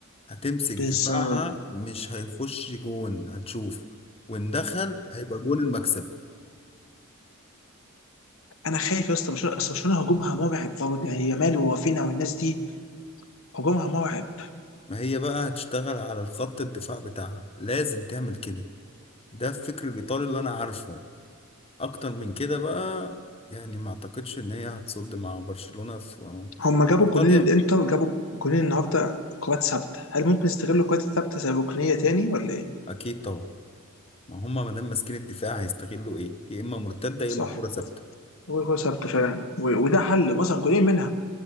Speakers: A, on the left; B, on the left.
A: هتمسك
B: بالظبط
A: دفاعها مش هيخش جون هتشوف وان دخل هيبقى جون المكسب
B: انا خايف يا اسطى برشلونه اصل برشلونه هجومها مرعب برضه يعني يامال ووافينا والناس دي هجومها مرعب
A: ما هي بقى هتشتغل على الخط الدفاع بتاعها لازم تعمل كده ده الفكر الايطالي اللي انا عارفه اكتر من كده بقى يعني ما اعتقدش ان هي هتصد مع برشلونة في
B: هم جابوا
A: في ايطاليا
B: جونين الانتر جابوا جونين النهارده كرات ثابته هل ممكن يستغلوا الكرات الثابته زي ركنيه تاني ولا ايه؟
A: اكيد طبعا ما هم ما دام ماسكين الدفاع هيستغلوا ايه يا اما مرتدة يا
B: صح
A: اما كرة ثابتة
B: هو كرات ثابته فعلا و- وده حل مثلا جونين منها